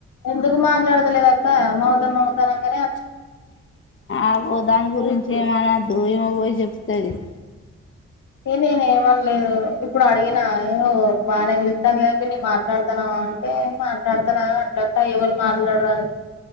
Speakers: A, on the left; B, on the left.
A: ఎందుకు మాట్లాడుతలే క మమత మమత అనంగనే
B: ఆగు దాని గురించి
A: ఇప్పుడు
B: ఏమనద్దు ఈమె పోయి చెప్తది
A: ఏ నేను ఏమనలేదు ఇప్పుడు అడిగినా ఏ బానే పిలుత్తాంది కాబట్టి నేను మాట్లాడతానవ అంటే మాట్లాడతార అట్లెట్ల ఎవళు మాట్లాడరా